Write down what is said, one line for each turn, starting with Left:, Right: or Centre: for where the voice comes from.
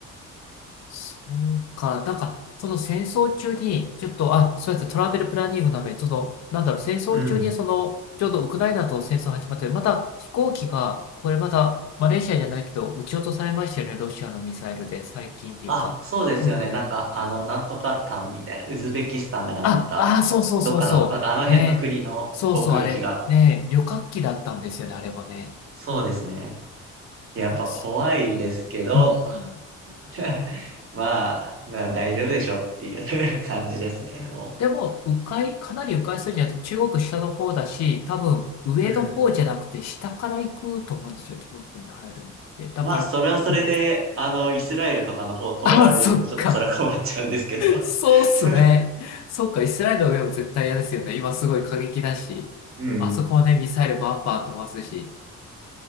Left: そうか。なんか、その戦争中に、ちょっと、あ、そうやってトラベルプランニングなので、ちょっとなんだろう、戦争中に、
Right: うん。
Left: その、ちょうどウクライナと戦争始まって、また飛行機が、これまた、マレーシアじゃないけど、撃ち落とされましたよね、ロシアのミサイルで、最近っていうか。
Right: あ、そうですよね。
Left: うんうん。
Right: なんか、あの、なんとかタンみたいな、ウズベキスタンだかなんだか、
Left: あ、あー、そうそうそうそう。
Right: どっかの、なんかあの辺の国の航空機が、
Left: ね。そうそう、あれ、ね、旅客機だったんですよね、あれもね。
Right: そうですね。やっぱ怖いですけど、
Left: いやでもすうんうん。
Right: <laughs> まあ、まあ大丈夫でしょっていう <laughs> 感じですね、も
Left: でも、迂回、かなり迂回するんじゃなくて、中国下の方だし、多分上の方じゃなくて下から行くと思うんですよ、
Right: う。うん。
Left: 東北に入るのって。だから、
Right: まあ、それはそれで、
Left: うん。
Right: あの、イスラエルとかの方通られると、
Left: <laughs> あ、そっか。
Right: ちょっとそれは困っちゃうんですけど。
Left: そうっすね。
Right: <laughs>
Left: そっか、イスラエルの上も絶対嫌ですよね。今すごい過激だし、
Right: うん。
Left: あそこもね、ミサイルバンバン飛ばすし。